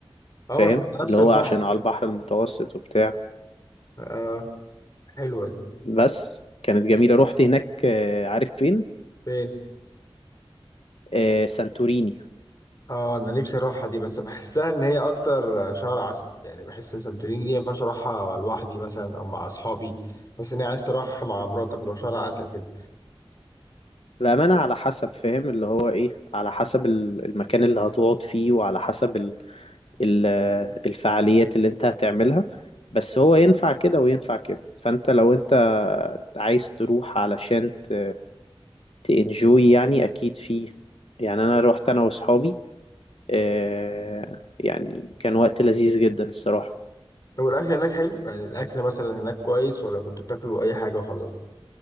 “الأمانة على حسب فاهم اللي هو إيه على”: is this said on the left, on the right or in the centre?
Left